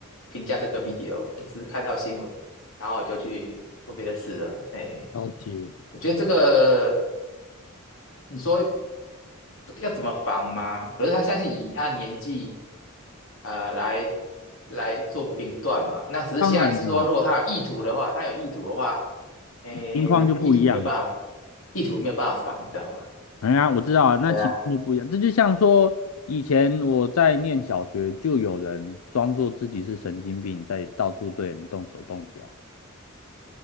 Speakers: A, on the left; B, on the left.
A: 评价这个 video，我只是看到新闻，然后我就去做别的事了。哎。
B: 了解。
A: 我觉得这个你说要怎么防吗？可是他现在是以他年纪呃来来做评断嘛，那只是现在是说，
B: 当然啦、
A: 如果他有意图的话，他有意图的话，哎，
B: 情况就不一样了。
A: 那意图没有办法，意图没有办法防，你知道吗？
B: 哎呀，我知道啊，那情况就不一样。
A: 对啊。
B: 这就像说，以前我在念小学，就有人装作自己是神经病，在到处对人动手动脚。